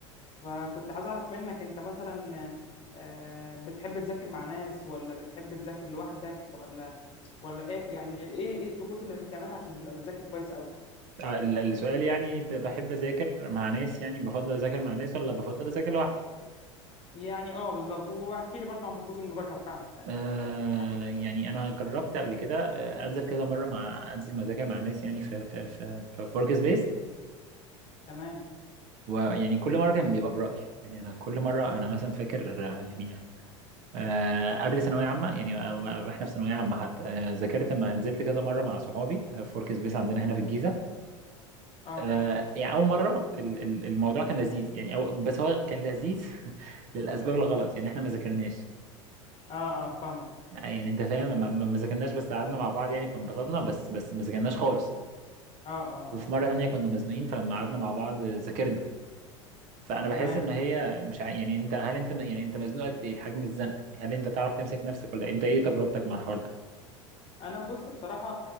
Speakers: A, on the left; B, on the right.
A: فكنت عايز اعرف منك انت مثلا أه بتحب تذاكر مع ناس ولا بتحب تذاكر لوحدك ولا ولا ايه يعني ايه ايه الطقوس اللي بتعملها عشان تبقى بتذاكر كويس
B: آه، ال- السؤال يعني ب- بحب اذاكر مع ناس يعني بفضل اذاكر مع ناس ولا بفضل اذاكر لوحدي
A: يعني اه بالظبط واحكي لي برضه عن طقوس المذاكره بتاعتك يعني
B: آه
A: وكده لو في حاجه
B: يعني
A: تختلف
B: انا جربت قبل كده آه انزل كذا مره مع انزل مذاكر مع ناس يعني في في في في ورك سبيس
A: تمام
B: ويعني كل مره كان بيبقى برايي يعني انا كل مره انا مثلا فاكر آه، يعني آه قبل ثانويه عامه يعني آه، واحنا في ثانويه عامه حتى آه ذاكرت لما نزلت كذا مره مع صحابي آه، في ورك سبيس عندنا هنا في الجيزه
A: اه
B: آه يعني اول مره ال- ال- الموضوع كان لذيذ يعني أو بس هو كان لذيذ <laughs> للاسباب الغلط يعني احنا ما ذاكرناش
A: اه اه فاهمك
B: آه، يعني انت فاهم ما ما- ما ذاكرناش بس قعدنا مع بعض يعني فانبسطنا بس بس ما ذاكرناش خالص
A: اه اه
B: وفي
A: اه
B: مره تانية كنا مزنوقين فلما قعدنا مع بعض ذاكرنا فانا بحس
A: تمام
B: ان هي مش ع... يعني انت هل انت م- يعني انت مزنوق قد ايه الحجم الزنقه يعني هل انت تعرف تمسك نفسك ولا إيه؟ انت ايه تجربتك مع الحوار ده
A: انا بص بصراحه